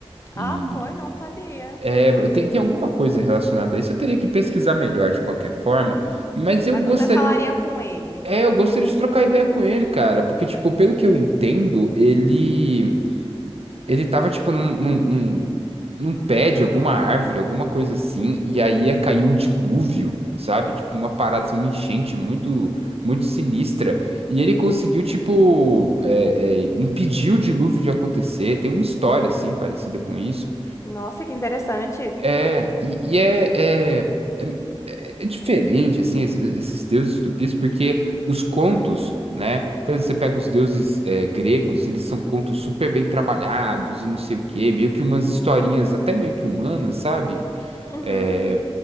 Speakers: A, on the left; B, on the right.
A: Ah,
B: e
A: foi? Não sabia.
B: é, tem, tem alguma coisa relacionada a isso, eu teria que pesquisar melhor de qualquer forma,
A: uhum,
B: mas eu
A: Mas
B: gostaria,
A: você falaria com ele.
B: é, eu gostaria de trocar ideia com ele, cara, porque, tipo, pelo que eu entendo, ele... Ele tava, tipo, num, num, num, num pé de alguma árvore, alguma coisa assim, e aí ia cair um dilúvio, sabe? Tipo, uma parada, assim, uma enchente muito, muito sinistra. E ele conseguiu, tipo, é, é, impedir o dilúvio de acontecer. Tem uma história, assim, parecida com isso.
A: Nossa, que interessante.
B: É, e, e é, é, é, é- é diferente, assim, es- esses deuses tupis, porque os contos, né? Por exemplo, você pega os deuses é, gregos, eles são contos super bem trabalhados e não sei o quê, meio que umas historinhas até meio que humanas, sabe?
A: uhum.
B: É,